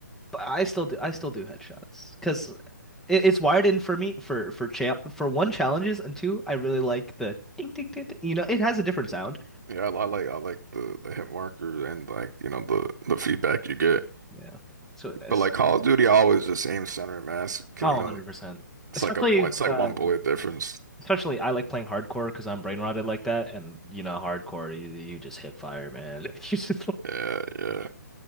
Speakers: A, in the centre; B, on the right.
A: But I still do I still do headshots because it, it's wired in for me for for cha for one challenges and two I really like the ding ding ding, ding. You know, it has a different sound.
B: Yeah, I, I like I like the the hit marker and like you know the the feedback you get.
A: Yeah, that's really nice.
B: But like Call of Duty, I always just aim center mass. 'cause,
A: Oh,
B: You
A: 100%.
B: know, it's
A: Especially
B: like a it's like
A: um
B: one bullet difference.
A: especially I like playing hardcore because I'm brain rotted like that and you know hardcore you, you just hit fire, man. <laughs> You just
B: Yeah, yeah,